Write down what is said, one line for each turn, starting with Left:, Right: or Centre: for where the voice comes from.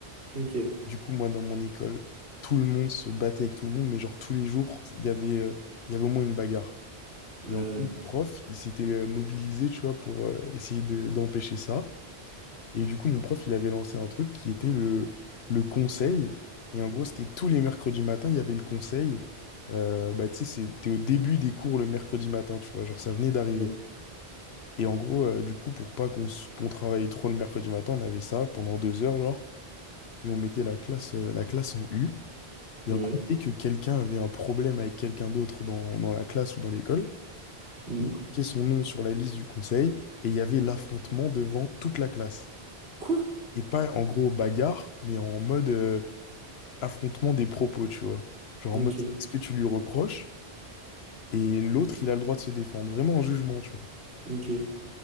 Right: Ok.
Left: Et du coup, moi, dans mon école, tout le monde se battait avec tout le monde, mais genre tous les jours, il y avait, euh, il y avait au moins une bagarre.
Right: Ouais,
Left: Et en gros, le prof, il s'était euh, mobilisé, tu vois, pour euh, essayer de- d'empêcher ça. Et du coup, mon prof, il avait lancé un truc qui était le, le conseil. Et en gros, c'était tous les mercredis matins, il y avait le conseil. Euh, bah, tu sais, c'était au début des cours le mercredi matin, tu vois, genre ça venait d'arriver.
Right: ouais,
Left: Et en gros, euh, du coup, pour pas qu'on s- qu'on travaille trop le mercredi matin, on avait ça pendant deux heures, genre, et on mettait la classe, euh, la classe en U. Et
Right: ouais.
Left: en gros, dès que quelqu'un avait un problème avec quelqu'un d'autre dans, dans la classe ou dans l'école,
Right: hum.
Left: il marquait son nom sur la liste du conseil et il y avait l'affrontement devant toute la classe.
Right: Quoi?
Left: Et pas en gros bagarre, mais en mode euh, affrontement des propos, tu vois. Genre en
Right: Ok,
Left: mode, est-ce que tu lui reproches? Et l'autre, il a le droit de se défendre, vraiment en jugement, tu vois.
Right: ok.